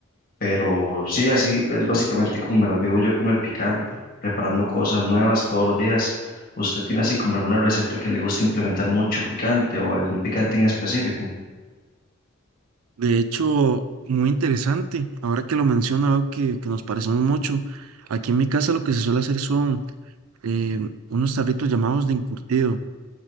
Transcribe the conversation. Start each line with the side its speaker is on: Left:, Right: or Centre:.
Left: Pero sí, así es básicamente como me las vivo yo con el picante, preparando cosas nuevas todos los días. ¿Usted tiene así como alguna receta que le gusta implementar mucho picante o algún picante en específico?
Right: De hecho, muy interesante. Ahora que lo menciona, veo que, que nos parecemos mucho. Aquí en mi casa lo que se suele hacer son eh, unos tarritos llamados de encurtido